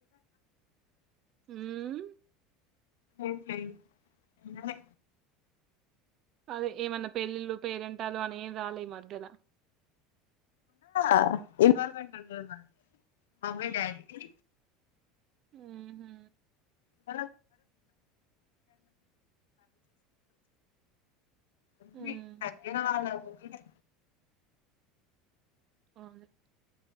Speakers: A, on the right (about 50°); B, on the left (about 75°).
A: హ్మ్మ్
B: ఎమ్లే నిన్ననే
A: అదే ఏమన్నా పెళ్ళిళ్ళు పేరెంటాలు అని ఏం రాలే ఈ మధ్యన
B: ఆ ఇన్వాల్వ్మెంట్ ఉంటది మమ్మీ డాడీ ది
A: ఉమ్ హు
B: <unintelligible> ఉంది
A: ఉమ్
B: దగ్గరవల వదినే
A: అవును